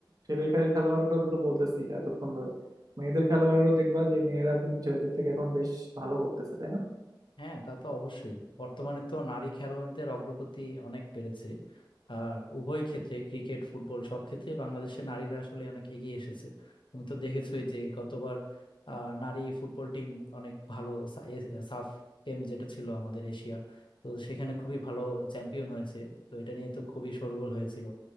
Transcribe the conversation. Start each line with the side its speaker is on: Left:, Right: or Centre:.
Right: ছেলে খে- খেলোয়াড় কথা তো বলতেছি এতক্ষণ ধরে মেয়েদের খেলোয়াড়েরও দেখবা যে মেয়েরা কিন্তু ছেলেদের থেকে এখন বেশ ভালো করতেছে তাই না
Left: হ্যাঁ তা তো অবশ্যই বর্তমানে তো নারী খেলোয়াড়দের অগ্রগতি অনেক বেড়েছে আর উভয় ক্ষেত্রে ক্রিকেট ফুটবল সব ক্ষেত্রে বাংলাদেশের নারীরা আসলে অনেক এগিয়ে এসেছে তুমি তো দেখেছোই যে গতবার আহ, নারী ফুটবল টিম অনেক ভালো সা- এ- সাফ গেম যেটা ছিল আমাদের এশিয়া তো সেখানে খুবই ভালো চ্যাম্পিয়ন হয়েছে তো এটা নিয়ে তো খুবই শোরগোল হয়েছিল